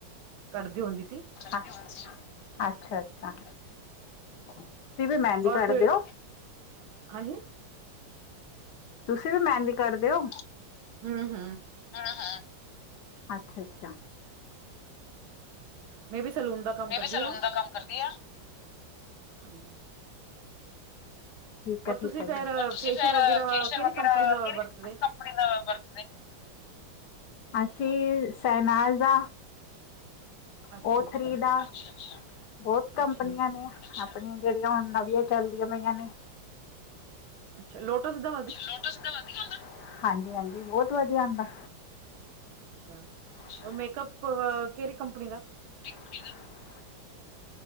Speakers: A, on the right; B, on the left.
A: ਕਡਦੀ ਹੁੰਦੀ ਸੀ।
B: ਅੱਛਾ, ਅੱਛਾ। ਤੁ ਵੀ ਮਹਿੰਦੀ ਕਢ
A: ਔਰ ਫਿਰ
B: ਦਿਓ?
A: ਹਾਂਜੀ
B: ਤੁਸੀਂ ਵੀ ਮੈਦੀਂ ਕਡਦੇ ਉ
A: ਹੂੰ ਹੂੰ
B: ਹੈਂ ਹੈਂ ਅੱਛਾ ਅੱਛਾ।
A: ਮੈਂ ਵੀ ਸਲੂਨ ਦਾ ਕੰਮ
B: ਮੈਂ
A: ਕਰਦੀ
B: ਵੀ ਸਲੂਨ ਦਾ ਕੰਮ ਕਰਦੀ ਆਂ।
A: ਹਾਂ ਹਮ।
B: ਠੀਕ
A: ਔਰ
B: ਹੈ ਠੀਕ
A: ਤੁਸੀਂ
B: ਹੈ
A: ਫੇਰ
B: ਅਰ ਤੁਸੀ
A: ਫੇਸ਼ੀਅਲ
B: ਜੈਰਾ
A: ਵਗੈਰਾ
B: ਫੇਸ਼ਈਅਰ
A: ਕਿਹੜੀ
B: ਵਗੈਰਾ
A: ਕੰਪਨੀ ਦਾ
B: ਕੇਰੇ
A: ਵਰਤਦੇ
B: ਕਮ ਨ ਬਰਤ ਅਸੀਂ ਸਹਿਨਾਜ਼ ਦਾ।
A: ਅੱਛਾ
B: ਓ
A: ਅੱਛਾ।
B: ਥ੍ਰੀ ਬਹੁਤ ਕੰਪਨੀਆਂ
A: ਅੱਛਾ
B: ਨੇ ਆਪਣੀਆਂ ਜਿਹੜੀਆਂ ਹੁਣ ਨਵੀਆਂ ਚੱਲਦੀਆਂ ਪਈਆਂ ਨੇ
A: ਅੱਛਾ ਲੋਟਸ ਦੇ
B: ਲੋਟਸ ਦਾ ਵਧੀਆ ਹੁੰਦਾ? ਹਾਂਜੀ ਹਾਂਜੀ ਬੋਤ ਵਧੀਆ ਆਂਦਾ।
A: ਅੱਛਾ,
B: ਅੱਛਾ
A: ਔਰ ਮੇਕਅਪ ਵਾ ਆ ਕਿਹੜੀ ਕੰਪਨੀ ਦਾ?
B: <inaudible>